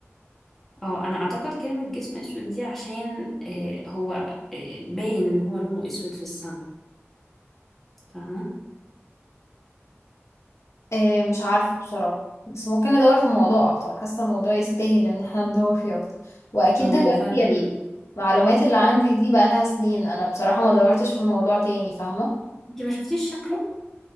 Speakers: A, in the centre; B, on the left.
A: اه انا اعتقد كلمه جسم اسود دي عشان آه، هو آه، باين إن هو لونه اسود في السماء فاهمه
B: إيه مش عارفه بصراحه بس ممكن ندور في الموضوع اكتر حاسه الموضوع يستاهل ان احنا <laughs> ندور فيه اكتر واكيد
A: ما
B: دلوقتي
A: هو فعلا
B: يعني المعلومات اللي عندي دي بقى لها سنين انا بصراحه ما دورتش في الموضوع تاني فاهمه
A: انت ما شفتيش شكله